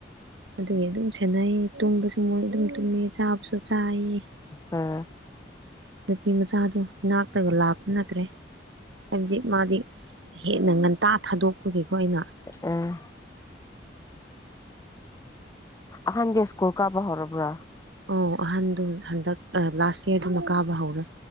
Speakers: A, on the right; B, on the left.
A: ꯑꯗꯨꯒꯤ ꯑꯗꯨꯝ ꯁꯤ ꯁꯦꯟꯅꯩ ꯇꯨꯝꯕꯁꯨ ꯃꯣꯏ ꯑꯗꯨꯝ ꯇꯨꯝꯃꯦ ꯆꯥꯕꯁꯨ ꯆꯥꯏꯑꯦꯌꯦ
B: ꯎꯝ
A: ꯅꯨꯄꯤ ꯃꯆꯥꯗꯨ ꯏꯅꯥꯛꯇꯒ ꯂꯥꯛꯄ ꯅꯠꯇ꯭ꯔꯦ ꯍꯥꯏꯕꯗꯤ ꯃꯥꯗꯤ ꯍꯦꯟꯅ ꯉꯟꯇꯥ ꯊꯥꯗꯣꯛꯄꯒꯤꯀꯣ ꯑꯩꯅ <inaudible>
B: ꯎꯝ ꯑꯍꯥꯟ ꯗꯦ ꯏꯁꯀꯨꯜ ꯀꯥꯕ ꯍꯧꯔꯕ꯭ꯔ
A: ꯑꯣ ꯑꯍꯟꯗꯨ ꯍꯟꯗꯛ ꯂꯥꯁ ꯌꯥꯔꯗꯨꯅ ꯀꯥꯕ ꯍꯧꯔꯦ